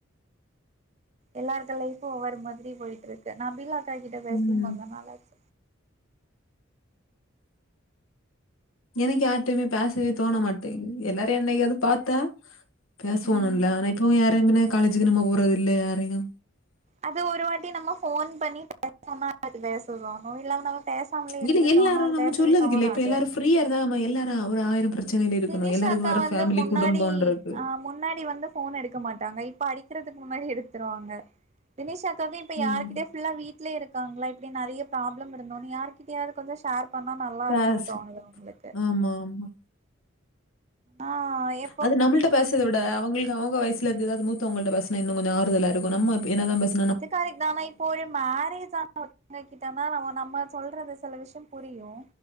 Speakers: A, on the right; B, on the left.
A: எல்லாருக்கு லைஃபு ஒவ்வொரு மாதிரி போயிட்டு இருக்கு நபீலா அக்காகிட்ட பேசியு
B: உம்
A: கொஞ்ச நாள் ஆச்சு
B: எனக்கு யார்ட்டையுமே பேசவே தோண மாட்டேங் எல்லாரு என்னைக்காது பாத்தா பேசுவானல்ல
A: ம்
B: ஆனா இப்போ யாரு எங்கனு காலேஜக்கு நம்ம போற இல்ல யாரையு
A: அது ஒரு வாட்டி நம்ம ஃபோன் பண்ணி பே சொன்னா <unintelligible> இல்லாம நம்ம பேச சாமலே இருந்துட்டோனா
B: இல்ல எல்லாரும்
A: அது
B: நம்ம
A: பேசவே
B: சொல்லதுக்கு
A: தோனாது
B: இல்ல. இப்ப எல்லாரும் ஃப்ரீயா இருந்தா நம்ம எல்லாரு ஒரு ஆயிர பிரச்சனையில இருக்கணு
A: தினிஷா
B: எல்லாருக்கு
A: அக்கா
B: வேற
A: வந்து
B: ஃபேமிலி
A: முன்னாடி
B: குடும்பன்ருக்கு
A: ஆ முன்னாடி வந்து ஃபோன் எடுக்க மாட்டாங்க இப்ப அடிக்கிறதுக்கு முன்னாடி எடுத்துருவாங்க வினுசா அக்கவு இப்ப யாரு
B: ம்.
A: கிட்டயு இப்பில்லா வீட்லே இருக்காங்களா இப்டி நெறைய ப்ராபளம் இருந்துனு யாரு கிட்டயாது கொஞ்ச ஷேர் பண்ணா நல்லா
B: பேசு
A: இருக்குன் தோணுது அவுங்களுக்கு
B: ஆமா ஆமா
A: ஆ எ
B: அது நம்மள்ட பேசறத விட அவுங்களுக்கு அவுங்க வயசு இல்ல அது எதாது மூத்தவுங்கள்ட பேச்னா இன்னு கொஞ்ச ஆறுதலா இருக்கு நம்ம அப் என்னதா நம்ம பஸ்
A: அது கரக்ட் தா ஆனா இப்போ ஒரு மேரேஜ் ஆன உங்ககிட்டனா நம்ம நம்ம சொல்றது சில விஷய புரியு